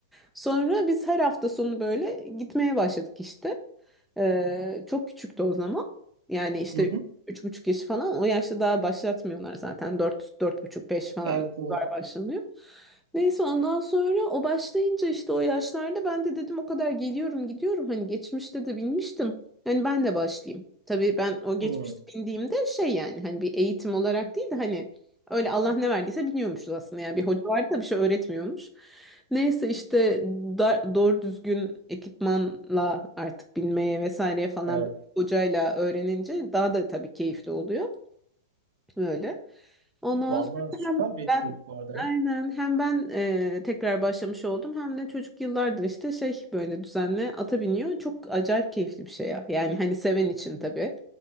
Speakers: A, in the centre; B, on the right (about 60°).
A: Sonra biz her hafta sonu böyle gitmeye başladık işte. Ee, çok küçüktü o zaman. Yani işte
B: Hı hı.
A: üç buçuk yaş falan o yaşta daha başlatmıyorlar zaten dört, dört buçuk, beş falan
B: Evet, evet.
A: var başlanıyor. Neyse ondan sonra o başlayınca işte o yaşlarda ben de dedim o kadar geliyorum gidiyorum hani geçmişte de binmiştim. Hani ben de başlayayım. Tabii ben o geçmişte
B: Hı.
A: bindiğimde şey yani hani bir eğitim olarak değil de hani öyle Allah ne verdiyse biniyormuşuz aslında. Yani bir hoca vardı da bir şey öğretmiyormuş. Neyse işte da- doğru düzgün ekipmanla artık binmeye vesaireye falan
B: Evet.
A: hocayla öğrenince daha da tabii keyifli oluyor. Böyle. Ondan
B: Vallahi
A: sonra
B: süper
A: hem
B: bir etkinlik
A: ben
B: bu arada ya.
A: aynen hem ben e, tekrar başlamış oldum hem de çocuk yıllardır işte şey böyle düzenli ata biniyor. Çok acayip keyifli bir şey ya. Yani hani seven için tabii.